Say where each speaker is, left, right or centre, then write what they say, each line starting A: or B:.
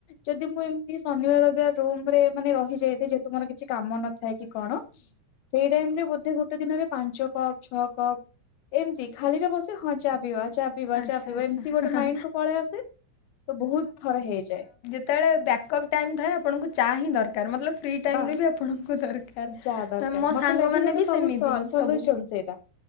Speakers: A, on the left; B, on the left.
A: ଯଦି ମୁଁ ଏମିତି ଶନିବାର ରବିବାର ରୁମରେ ମାନେ ରହିଯାଇଥାଏ, ଯେହେତୁ ମୋର କିଛି କାମ ନଥାଏ କି କଣ ରେ ଟାଇମ୍ ରେ ବୋଧେ ଗୋଟେ ଦିନରେ ପାଞ୍ଚ କପ୍ ଛଅ କପ୍ ଏମିତି ଖାଲିରେ ବସି ହଁ ଚା ପିିଇବା ଚା ପିଇବା
B: ଆଚ୍ଛା
A: ଚା ପିଇବା
B: ଆଚ୍ଛା
A: ଏମିତି ଗୋଟେ ମାଇଣ୍ଡ କୁ ପଳେଇ ଆସେ ତ ବହୁତ ଥର ହେଇଯାଏ।
B: ସେତେବେଳେ ବ୍ୟାକଅପ୍ ଟାଇମ୍ ଥାଏ ଆପଣଙ୍କୁ ଚା ହିଁ ଦରକାର୍ ମତଲବ ଫ୍ରି ଟାଇମରେ
A: ବାସ୍
B: ବି ଆପଣଙ୍କୁ ଦରକାର।
A: ଚା ଦରକାର
B: ତ ମୋ
A: ମତେ
B: ସାଙ୍ଗମାନେ
A: ଲାଗେ ଗୋଟେ
B: ବି
A: ସବୁ
B: ସେମିତି
A: ସଲ୍ୟୁସନ
B: ସବୁ
A: ସେଇଟା।